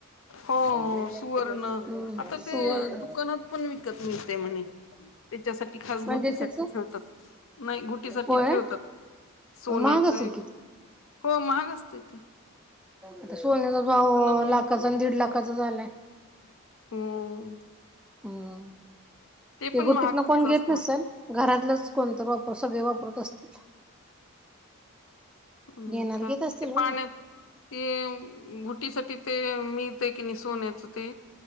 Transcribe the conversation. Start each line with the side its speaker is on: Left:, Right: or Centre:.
Left: हो
Centre: हम्म
Left: सुवर्ण आता
Centre: सुवर्ण
Left: ते दुकानात पण विकत मी ते म्हणे त्याच्यासाठी खास
Centre: म्हणजे
Left: गोटीसाठी
Centre: त्याच
Left: खेळतात. नाही गुटीसाठी
Centre: होय
Left: ठेवतात सोन्याचे
Centre: महाग असेल किती?
Left: हो महाग असते तेे
Centre: आता सोन्याचा भाव
Left: म्हणून
Centre: लाखाचा आणि दीड लाखाचा झालाय,
Left: हम्म
Centre: हम्म ते
Left: पण
Centre: गो्टीत
Left: महागच
Centre: ना कोण घेत
Left: असणार
Centre: नसेल? घरातलंच कोणत वापर सगळे वापरत असतील
Left: हम्म
Centre: घेणार
Left: ते
Centre: घेत असतील म्हणा.
Left: पाण्यात ते गुटीसाठीठी ते मिळत आहे की नाही सोन्याचं ते